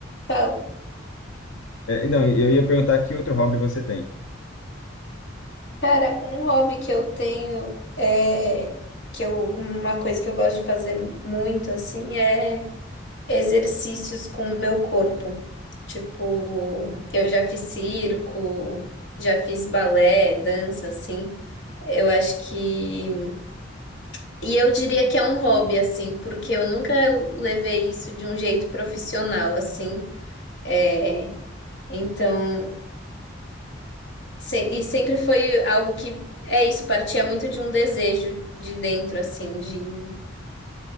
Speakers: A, on the left; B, on the left.
A: Falo.
B: é, não, eu ia perguntar que outro hobby você tem?
A: Cara, um hobby que eu tenho é que eu uma coisa que eu gosto de fazer muito assim é exercícios com o meu corpo. Tipo, eu já fiz circo, já fiz balé, dança, assim. Eu acho que. E eu diria que é um hobby, assim, porque eu nunca levei isso de um jeito profissional, assim. É... Então. se- E sempre foi algo que. É isso, partia muito de um desejo de dentro, assim, de.